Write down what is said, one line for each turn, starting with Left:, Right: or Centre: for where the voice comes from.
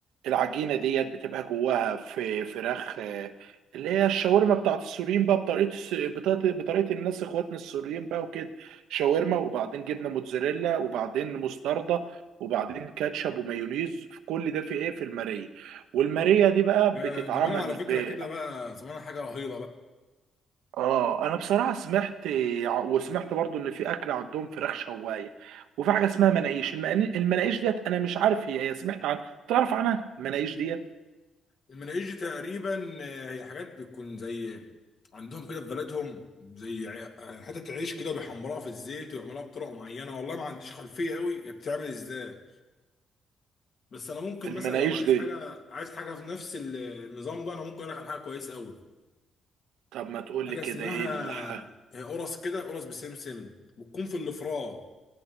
Right: العجينه ديت بتبقى جواها في فراخ آه، اللي هي الشاورما بتاعت السوريين بقى بطريقه الس- بطريقه بطريقة الناس اخواتنا السوريين بقى وكده شاورما وبعدين جبنه موتزاريلا وبعدين مستردة وبعدين كاتشب ومايونيز في كل ده في ايه في الماريه والماريه دي بقى
Left: يا
Right: بتتعمل
Left: زمان على فكره
Right: ب
Left: كده بقى زمان حاجه رهيبه بقى
Right: اه انا بصراحه سمعت وسمعت برضو ان في اكل عندهم فراخ شوايه وفي حاجه اسمها مناقيش المناقيش المناقيش ديت انا مش عارف هي هي سمعت عن تعرف عنها المناقيش ديت
Left: المناهيج دي تقريبا آه، هي حاجات بتكون زي عندهم كده في بلدهم زي ع- حتة عيش كده بيحمروها في الزيت ويعملوها بطرق معينة والله ما عنديش خلفية قوي هي بتعمل ازاي بس انا ممكن
Right: المناقيش
Left: مثلا لو عايز
Right: دي
Left: حاجة عايز حاجة في نفس ال- النظام ده انا ممكن اقول لك على حاجة كويسة قوي
Right: طب ما تقول
Left: حاجة
Right: لي كده
Left: اسمها
Right: ايه الح...
Left: هي قرص كده قرص بسمسم بتكون في الفراء